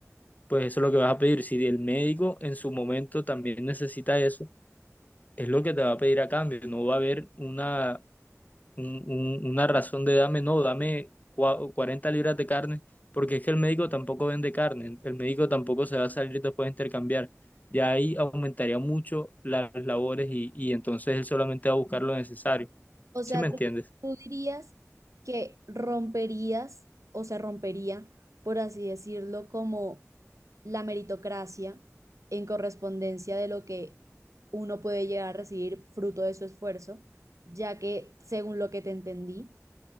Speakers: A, on the left; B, on the right.
A: pues eso es lo que vas a pedir. Si el médico en su momento también necesita eso, es lo que te va a pedir a cambio. No va a haber una, un- un- una razón de dame, no, dame cua- 40 libras de carne, porque es que el médico tampoco vende carne, el médico tampoco se va a salir después de intercambiar. Ya ahí aumentaría mucho las labores y, y entonces él solamente va a buscar lo necesario.
B: O sea,
A: ¿Sí me entiendes?
B: ¿tú, tú dirías que romperías o se rompería, por así decirlo, como la meritocracia en correspondencia de lo que uno puede llegar a recibir fruto de su esfuerzo, ya que, según lo que te entendí,